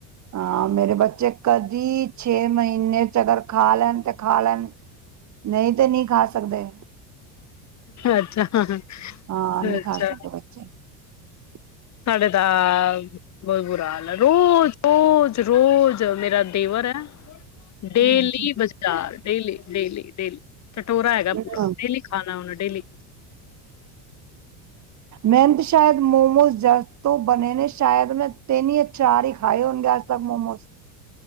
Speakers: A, on the right (about 35°); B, on the left (about 35°).
A: ਹਾਂ ਮੇਰੇ ਬੱਚੇ ਕਰ ਦੀ ਛੇ ਮਹੀਨੇ ਚ ਅਗਰ ਖਾ ਲੈਣ ਤੇ ਖਾ ਲੈਣ ਨਹੀਂ ਤੇ ਨਹੀਂ ਖਾ ਸਕਦੇ
B: ਅੱਛਾ ਅੱਛਾ
A: ਹਾਂ ਨਹੀਂ ਖਾ ਸਕਦੇ ਬੱਚੇ <inaudible>
B: ਸਾਡੇ ਦਾ ਬਹੁਤ ਬੁਰਾ ਹਾਲ ਹੈ ਰੋਜ਼ ਰੋਜ਼ ਰੋਜ਼ ਮੇਰਾ ਦੇਵਰ ਹੈ ਨਾ ਡੇਲੀ
A: ਹਾਂਜੀ
B: ਬਾਜ਼ਾਰ ਡੇਲੀ ਡੇਲੀ ਡੇਲੀ ਚਟੋਰਾ ਹੈਗਾ ਪੂਰਾ
A: ਨਾ
B: ਡੇਲੀ ਖਾਣਾ ਉਹਨੇ ਡੇਲੀ
A: ਮੈਂਨ ਤਾਂ ਸ਼ਾਇਦ ਮੋਮੋਜ਼ ਜਦ ਤੋਂ ਬਣੇ ਨੇ ਸ਼ਾਇਦ ਮੈਂ ਤਿੰਨ ਯਾ ਚਾਰ ਹੀ ਖਾਏ ਹੋਣਗੇ ਮੋਮੋਜ਼ <unintelligible>